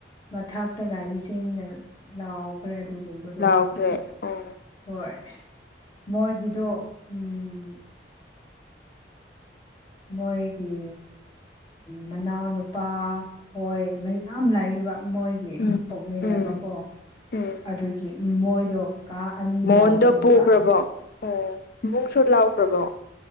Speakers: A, on the left; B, on the left.
A: ꯃꯊꯇ ꯂꯥꯛꯏꯕꯁꯤꯡꯅ ꯂꯥꯎꯈ꯭ꯔꯦ ꯑꯗꯨꯒꯨꯝꯕꯗꯣ
B: ꯂꯥꯎꯈ꯭ꯔꯦ ꯑꯣ
A: ꯍꯣꯏ ꯃꯣꯏꯒꯤꯗꯨ ꯎꯝ ꯃꯣꯏꯒꯤ ꯃꯅꯥꯎꯅ ꯅꯨꯄꯥ ꯍꯣꯏ ꯃꯌꯥꯝ ꯂꯥꯛꯌꯦꯕ ꯃꯣꯏꯒꯤ
B: ꯎꯝ
A: ꯄꯣꯛꯃꯤꯟꯅꯕꯀꯣ
B: ꯎꯝ ꯎꯝ
A: ꯑꯗꯨꯒꯤ ꯃꯣꯏꯗꯣ ꯀꯥ ꯑꯅꯤ
B: ꯃꯣꯟꯗꯣ
A: ꯂꯥꯎꯕꯅꯦꯕ
B: ꯄꯨꯈ꯭ꯔꯕꯣ ꯑꯣ ꯏꯕꯨꯡꯁꯨ ꯂꯥꯎꯈ꯭ꯔꯕꯣ